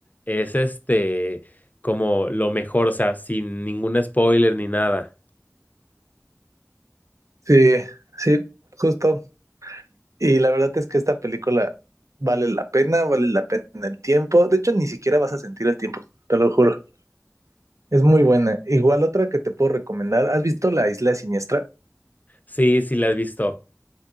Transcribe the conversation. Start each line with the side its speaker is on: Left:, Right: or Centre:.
Left: es este como lo mejor, o sea, sin ningún spoiler ni nada.
Right: Sí, sí, justo. Y la verdad es que esta película vale la pena, vale la pena el tiempo. De hecho, ni siquiera vas a sentir el tiempo, te lo juro. Es muy buena. Igual otra que te puedo recomendar. ¿Has visto La Isla Siniestra?
Left: Sí, sí la has visto.